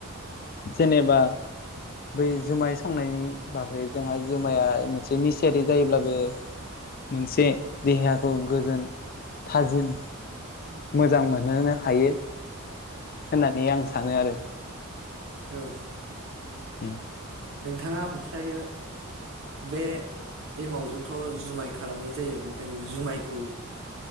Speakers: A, on the left; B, on the right.
A: जेनेबा बै जुमाय संनायनि बागै जोंहा जुमाया मोनसे निसियारि जायोब्लाबो मोनसे देहाखौ गोजोन थाजिम मोजां मोनहोनो हायो होननानै आं। सानो आरो।
B: औ।
A: उम।
B: नोंथाङा ओमफ्रायो। बे एमावजोंथ' जुमाय खालामनाय जायो ओमफ्राय जुमायखौ